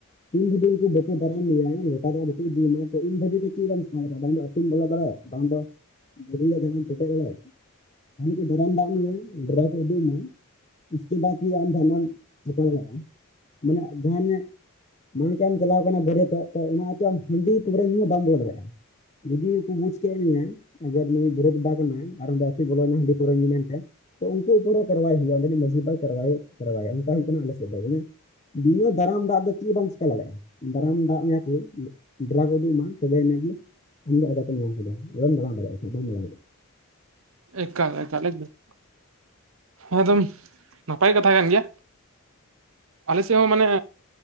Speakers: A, on the left; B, on the right.
A: ᱛᱤᱱ ᱦᱟᱵᱤᱡ ᱩᱱᱠᱩ ᱵᱟᱠᱩ ᱫᱟᱨᱟᱢ ᱢᱮᱭᱟ, ᱞᱚᱴᱟ ᱫᱟᱜ ᱵᱟᱠᱩ ᱤᱫᱤ ᱟᱢᱟ ᱛᱚ ᱩᱱᱠᱩ ᱫᱷᱟᱹᱵᱤᱡ ᱫᱟ ᱪᱮᱫ ᱦᱚ ᱵᱟᱢ ᱪᱤᱠᱟᱹ ᱫᱟᱲᱮᱭᱟᱜᱼᱟ᱾ ᱵᱟᱝ ᱫᱚ ᱟᱹ ᱛᱩᱢ ᱵᱚᱞᱚ ᱫᱟᱲᱮᱭᱟᱜᱼᱟ ᱵᱟᱝ ᱫᱚ ᱵᱩᱨᱩ ᱞᱮ ᱡᱟᱸᱦᱟᱱᱟᱢ ᱯᱮᱴᱮᱡ ᱫᱟᱲᱮᱜ᱾ ᱦᱟᱱᱮ ᱠᱚ ᱫᱟᱨᱟᱢ ᱫᱟᱜ ᱢᱮᱭᱟ ᱰᱮᱨᱟ ᱠᱚ ᱩᱫᱩᱜ ᱟᱢᱟ᱾ ᱤᱥᱠᱮ ᱵᱟᱫ ᱜᱮ ᱟᱢ ᱡᱟᱦᱟᱱᱟᱜ ᱮᱢ ᱪᱤᱠᱟᱹ ᱫᱟᱲᱮᱭᱟᱜᱼᱟ, ᱢᱟᱱᱮ ᱡᱟᱦᱟᱱᱟᱜ ᱢᱟᱱᱮ ᱠᱟᱢ ᱪᱟᱞᱟᱣ ᱠᱟᱱᱟ ᱵᱟᱹᱨᱭᱟᱹᱛᱚᱜ ᱛᱚ ᱚᱱᱟ ᱟᱛᱩ ᱟᱢ ᱦᱟᱺᱰᱤ ᱯᱟᱹᱣᱨᱟᱹ ᱧᱩ ᱦᱚᱸ ᱵᱟᱢ ᱵᱚᱞᱚ ᱫᱟᱲᱮᱭᱟᱜᱼᱟ᱾ ᱡᱩᱫᱤ ᱠᱩ ᱵᱩᱡ ᱠᱮᱜ ᱢᱮᱭᱟ ᱟᱜᱟᱨ ᱱᱩᱭ ᱵᱟᱹᱨᱮᱛ ᱵᱟ ᱠᱟᱱᱟᱭ ᱟᱨ ᱚᱸᱰᱮ ᱟᱹᱛᱩ ᱵᱚᱞᱚᱭᱮᱱᱟ ᱦᱟᱺᱰᱤ ᱯᱟᱹᱣᱨᱟᱹ ᱧᱩ ᱢᱮᱱᱛᱮ᱾ ᱛᱚ ᱩᱱᱠᱩ ᱩᱯᱚᱨ ᱨᱮ ᱠᱟᱨᱣᱟᱭ ᱦᱩᱭᱩᱜᱼᱟ ᱚᱸᱰᱮᱱᱤᱡ ᱢᱟᱹᱡᱷᱤ ᱵᱟᱵᱟᱭ ᱠᱟᱨᱣᱟᱭ ᱮ ᱠᱚᱨᱟᱣᱟ ᱚᱱᱠᱟ ᱦᱩᱭᱩᱜ ᱠᱟᱱᱟ ᱟᱞᱮ ᱥᱮᱫ ᱫᱚ᱾ ᱵᱤᱱᱟᱹ ᱫᱟᱨᱟᱢ ᱫᱟᱜ ᱛᱮ ᱪᱤᱜ ᱵᱟᱢ ᱪᱮᱠᱟ ᱫᱟᱲᱮᱜᱼᱟ᱾ ᱫᱟᱨᱟᱢ ᱫᱟᱜ ᱢᱮᱭᱟ ᱠᱚ ᱰᱮ ᱰᱮᱨᱟ ᱠᱚ ᱩᱫᱩᱜ ᱟᱢᱟ᱾ ᱛᱚᱵᱮ ᱤᱱᱟᱹᱜ ᱜᱤ ᱩᱱ ᱫᱚ ᱟᱫᱚ ᱠᱚ ᱧᱟᱢ ᱠᱮᱫᱟ ᱟ ᱵᱟᱢ ᱫᱟᱲᱮᱭᱟᱜᱼᱟ <unintelligible>
B: ᱮᱠᱟᱞ ᱮᱠᱟᱞ ᱮᱠᱫᱚᱢ᱾ ᱦᱮᱸ ᱫᱚᱢ ᱱᱟᱯᱟᱭ ᱠᱟᱛᱷᱟ ᱠᱟᱱ ᱜᱮᱭᱟ᱾ ᱟᱞᱮ ᱥᱮᱜ ᱦᱚᱸ ᱢᱟᱱᱮ